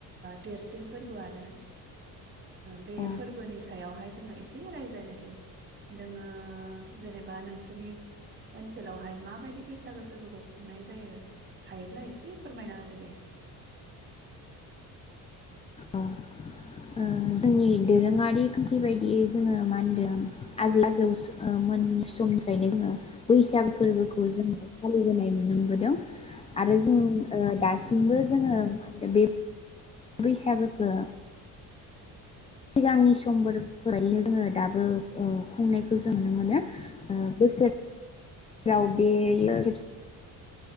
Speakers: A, on the right (about 30°); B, on the left (about 20°).
A: देरसिन फोरबोआनो बे
B: औ
A: फोरबोनि सायावहाय जोङो एसे रायज्लायनो दै जोङो जेनेबा नोंसोरनि ओनसोलावहाय माबायदि बैसागो फोरबो खौ खुंनाय जायो हायोब्ला एसे फोरमायना होदो दे
B: औ ओ जोंनि दोरोङारि खान्थि बायदियै जोङो मा होनदों आजोलाजैस ओ मोननि समनिफ्राइ नो जोङो बैसागुफोरबोखौ जोङो फालिबोनाय नुनो मोनबोदों आरो जों ओ दासिमबो
A: ओं
B: जोङो <unintelligible> बैसागोखौ सिगांनि समफोरफोरनो जोङो दाबो खुंनायखौ जों नुनो मोनो बोसोर राव बेयो